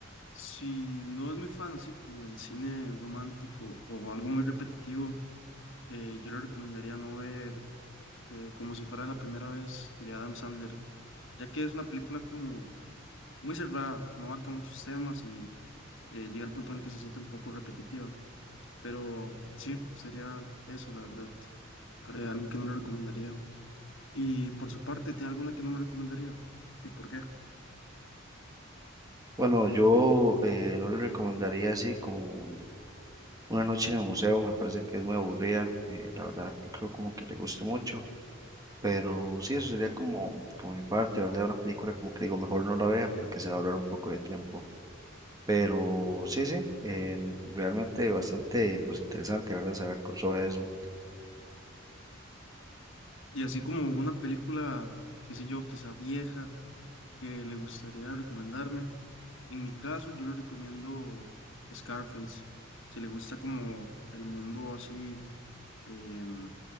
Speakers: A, on the left; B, on the right.
A: si no es muy fan así como del cine romántico o algo muy repetitivo, eh, yo le recomendaría no ver eh, como si fuera la primera vez de Adam Sandler, ya que es una película como muy cerrada, no abarca muchos temas y eh, llega al punto en el que se siente un poco repetitiva. Pero sí, sería eso, la verdad. Eh, algo que no le recomendaría. Y por su parte, ¿tiene alguna que no me recomendaría? ¿Y por qué?
B: Bueno, yo eh, no le recomendaría así como Una noche en el museo, me parece que es muy aburrida, eh, la verdad no creo como que le guste mucho. Pero sí, eso sería como, como mi parte, ¿verdad? Una película como que digo, mejor no la vea porque se va a hablar un poco de tiempo. Pero sí, sí, en- realmente bastante pues interesante, ¿verdad? Saber co- sobre eso.
A: Y así como una película, qué sé yo, quizá vieja, que le gustaría recomendarme. En mi caso, yo le recomiendo Scarface. Si le gusta como el mundo así, em,